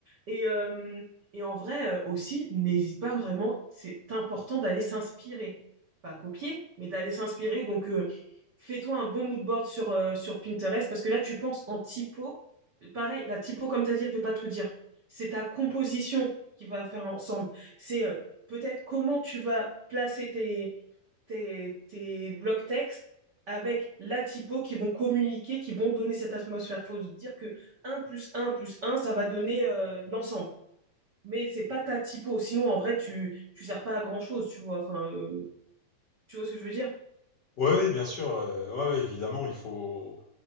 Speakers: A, on the right; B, on the left.
A: Et, euh, et en vrai euh, aussi, n'hésite pas vraiment, c'est important d'aller s'inspirer. Pas copier, mais d'aller s'inspirer. Donc, euh, fais-toi un bon mood board sur, euh, sur Pinterest parce que là, tu penses en typo. Pareil, la typo, comme tu as dit, elle peut pas tout dire. C'est ta composition qui va faire ensemble. C'est euh, peut-être comment tu vas placer tes, tes, tes blocs textes avec la typo qui vont communiquer, qui vont donner cette atmosphère. Il faut dire que un plus un plus un ça va donner euh, l'ensemble. Mais c'est pas ta typo. Sinon, en vrai, tu tu sers pas à grand-chose, tu vois. Enfin, euh, tu vois ce que je veux dire?
B: Ouais, ouais, bien sûr, euh, ouais, ouais, évidemment, il faut.